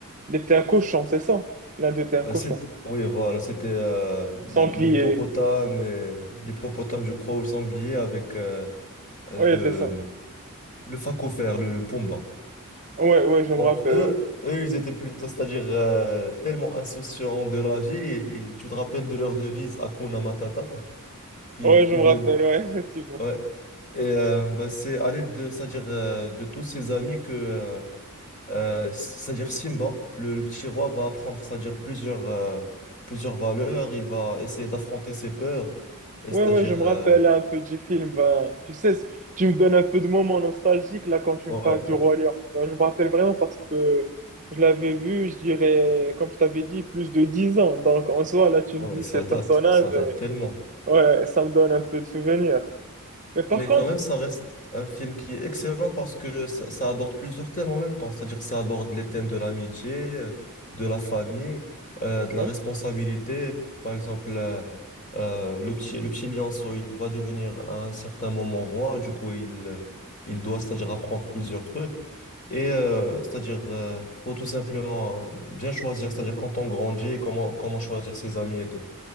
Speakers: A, on the right; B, on the left.
A: il était un cochon, c'est ça? L'un d'eux était un
B: Euh,
A: cochon.
B: c'est- oui, voilà, c'était euh, l'hippopotame,
A: Sanglier.
B: et- l'hippopotame, je crois, ou le sanglier avec euh, le,
A: Ouais, il était ça.
B: le phacophère, le, le Pumba.
A: Ouais, ouais, je me
B: Donc
A: rappelle,
B: eux,
A: ouais.
B: eux, ils étaient plutôt, c'est-à-dire euh, tellement insouciants de la vie, ils- tu te rappelles de leur devise Hakuna Matata, <laughs> qui,
A: Ouais, je
B: qui
A: me
B: voulait,
A: rappelle, ouais, <laughs> effectivement.
B: ouais. Et euh, bah, c'est à l'aide de, c'est-à-dire euh, de tous ses amis que, euh, euh, c'est-à-dire Simba, le, le petit roi, va apprendre, c'est-à-dire plusieurs, euh, plusieurs valeurs, il va essayer d'affronter ses peurs, et
A: Ouais,
B: c'est-à-dire,
A: ouais, je
B: euh,
A: me rappelle un petit film, ben, tu sais, tu me donnes un peu de moments nostalgiques, là, quand tu
B: ouais,
A: me parles du Roi Lion. Ben, je me rappelle vraiment parce que je l'avais vu, je dirais, comme je t'avais dit, plus de 10 ans. Donc, en soi, là, tu
B: ouais,
A: me dis
B: ça
A: ces
B: date,
A: personnages,
B: ça date
A: euh,
B: tellement.
A: Ouais, ça me donne un peu de souvenirs. Mais par
B: Mais
A: contre,
B: quand même, ça reste un film qui est excellent parce que ça, ça aborde plusieurs thèmes en même temps. C'est-à-dire que ça aborde les thèmes de l'amitié, euh, de la famille, euh, de
A: ouais,
B: la responsabilité. Par exemple, euh, euh, le petit, le petit lionceau, il va devenir à un certain moment roi. Du coup, il, euh, il doit, c'est-à-dire apprendre plusieurs trucs. Et euh, c'est-à-dire, euh, faut tout simplement bien choisir, c'est-à-dire quand on grandit et comment, comment choisir ses amis et tout.